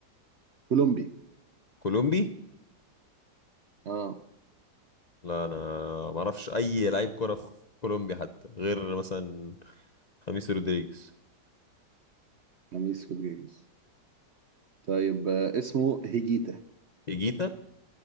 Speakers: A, on the right; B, on the left.
A: كولومبي
B: كولومبي
A: اه
B: لا انا ما اعرفش اي لعيب كره في كولومبيا حتى غير مثلا خميس رودريجيز
A: خميس رودريجيز طيب آه اسمه هيجيتا
B: ايجيتا